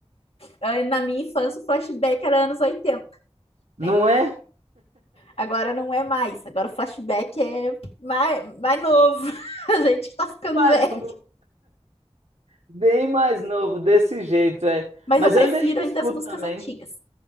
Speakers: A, on the left (about 60°); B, on the right (about 80°).
A: Ah, Na minha infância, o flashback era anos 80,
B: não
A: né?
B: é?
A: Agora não é mais. Agora o flashback é mais, mais novo. <laughs> A gente tá ficando
B: Mais
A: velho.
B: novo, bem mais novo, desse jeito, é.
A: Mas
B: Mas
A: eu prefiro
B: eu ainda, ainda
A: ainda
B: escuto
A: as músicas
B: também.
A: antigas.